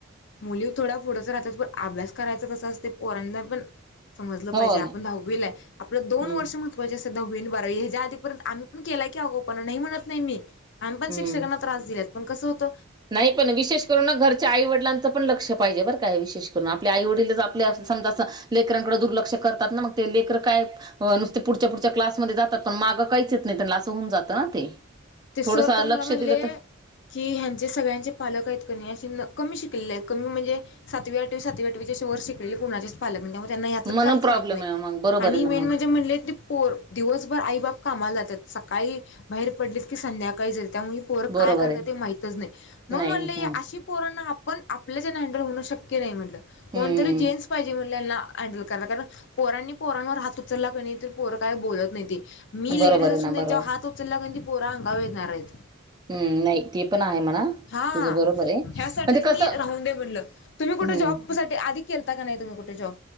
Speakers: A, on the left (about 55°); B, on the right (about 20°).
A: मुली थोड्या पुढच राहतात पण अभ्यास करायच कस असते पोरांना पण समजल पाहिजे
B: हो
A: आपण
B: ना
A: दहावीला आहे. आपल्या दोन
B: हम्म
A: वर्ष महत्व दहावी आणि बारावी याच्या आधीपर्यंत आम्ही पण केला की अगाऊपना. नाही म्हणत नाही. आम्ही पण
B: हम्म
A: शिक्षकाना पण कस होत
B: नाही पण विशेष करून ना घरच्या आईवडीलांच पण लक्ष पाहिजे बर काय आहे विशेष करून. आपल्या आई वडीलच आपल्या अस समजा अस लेकरांकडें दुर्लक्ष करतात ना मग ते. लेकर काय नुसते पुढच्या पुढच्या क्लासमध्ये जातात. पण माग काहीच नाही त्यांना अस होऊन जात ना ते.
A: ते सर
B: थोडंसं
A: तर
B: लक्ष
A: मला म्हणले
B: दिलं तर
A: की ह्यांचे सगळ्यांचे पालक आहेत की नाही अस कमी शिकिले आहेत. कमी म्हणजे सातवी आठवी, सातवी आठवीच्या अशे वर शिकलेले कुणाचेच त्यांना यात
B: म्हणून
A: काहीच
B: प्रॉब्लेम
A: माहत नाही.
B: आहे मग बरोबर
A: आणि
B: आहे ना
A: मेन
B: मग
A: म्हणजे म्हणले ते पोर दिवसभर आई बाप कामाला जातात. सकाळी बाहेर पडलेत की संध्याकाळी येतात. त्यामुळे पोरं
B: बरोबर
A: काय करतात
B: आहे
A: ते माहितच नाही मग
B: नाही
A: म्हणले
B: हं.
A: अशी पोरांना आपण आपल्या जने हँडल होण शक्य नाही म्हटलं कोणतरी
B: हम्म
A: जेंट्स पाहिजे मुलांना हँडल करनं कारण पोरांनी पोरांवर हात उचलला क नाही तर पोर काय बोलत नाही ते. मी
B: बरोबर
A: लेडीज
B: आहे
A: असून
B: ना बरोबर
A: त्यांच्या
B: आहे.
A: हात उचलला क ती पोरा अंगावर येणार आहेत.
B: हम्म नाही ते पण आहे म्हणा.
A: हा
B: तुझं बरोबर आहे
A: ह्यासाठीच
B: पण ते
A: मी
B: कसं
A: राहून दे म्हणलं तुम्ही कुठे
B: हम्म
A: जॉब साठी ते आधी केलता का नाही तुम्ही कुठे जॉब?